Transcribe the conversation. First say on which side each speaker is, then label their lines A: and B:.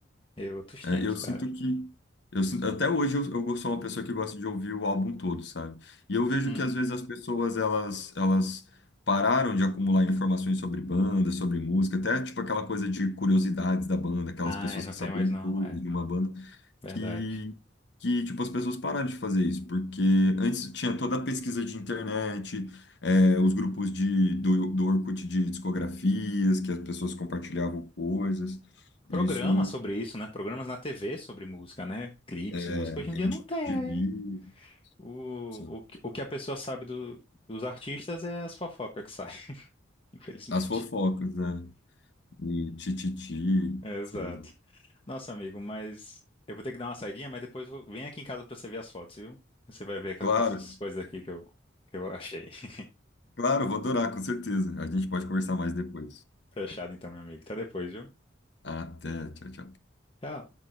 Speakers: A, on the left; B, on the left.
A: é outros
B: É,
A: tempos,
B: eu
A: cara.
B: sinto que. Eu, sin- até hoje eu, eu sou uma pessoa que gosta de ouvir o álbum todo, sabe? E eu vejo
A: Uhum.
B: que às vezes as pessoas elas, elas pararam de acumular informações sobre banda, sobre música, até tipo aquela coisa de curiosidades da banda, aquelas
A: Ah,
B: pessoas
A: é, não
B: que
A: tem
B: sabiam
A: mais não,
B: tudo
A: é
B: de uma banda,
A: verdade.
B: que, que tipo as pessoas pararam de fazer isso, porque antes tinha toda a pesquisa de internet, é, os grupos de, do, do Orkut de discografias, que as pessoas compartilhavam coisas.
A: Programas
B: e Isso
A: sobre isso, né? Programas na TV sobre música, né? Clipes,
B: é,
A: música. Hoje em dia
B: MTV,
A: não tem. O,
B: sim.
A: o, que o que a pessoa sabe do- dos artistas é as fofocas que saem, <laughs> infelizmente.
B: As fofocas, né? E tititi,
A: Exato.
B: sei lá.
A: Nossa, amigo, mas eu vou ter que dar uma saidinha, mas depois eu- vem aqui em casa pra você ver as fotos, viu? Você vai ver ca-
B: Claro,
A: essas coisas aqui que eu, que eu achei. <laughs>
B: claro, vou adorar, com certeza. A gente pode conversar mais depois.
A: Fechado então, meu amigo. Até depois, viu?
B: Até, tchau, tchau.
A: Tchau.